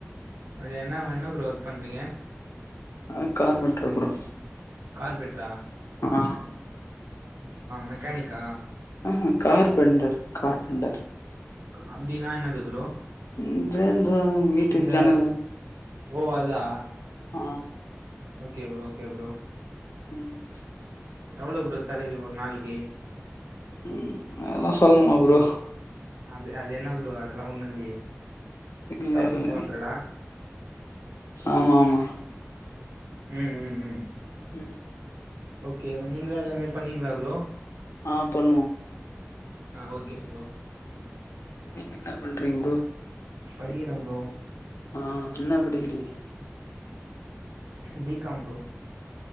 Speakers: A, on the right (about 75°); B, on the left (about 75°).
A: அப்டியா என்ன என்ன ப்ரோ ஒர்க் பண்றீங்க
B: ஆ கார்பன்டர் ப்ரோ
A: கார்ப்ரேட்ரா
B: ஆ
A: மெக்கானிக்கா
B: ஆ ஹு கார்பென்டர் கார்பென்டர்
A: அப்டினா என்னது ப்ரோ
B: அது இந்த வீட்டு
A: இந்த
B: ஜனல்லு
A: ஓ அதா
B: ஆ
A: ஓகே ப்ரோ ஓகே ப்ரோ
B: ம்
A: எவ்ளோ ப்ரோ சேலரி ஒரு நாளைக்கு
B: ம் அதல்லா சொல்ணுமா ப்ரோ
A: அது அது என்ன ப்ரோ அதுல்லா ஒண்ணுல்லயே
B: இல்ல
A: தௌசண்ட்
B: இல்ல
A: டூ ஹண்ட்ரடா
B: ஆமா ஆமா
A: ம் ம் ம்
B: ம்
A: ஓகே நீங்களா எல்லாமே பண்ணீங்களா ப்ரோ
B: ஆ பண்ணுவோ
A: ஆ ஓகே ப்ரோ
B: நீங்க என்ன பண்றீங்க ப்ரோ
A: படிக்கிற ப்ரோ
B: ஆ என்ன படிக்கிறீங்க
A: பி காம் ப்ரோ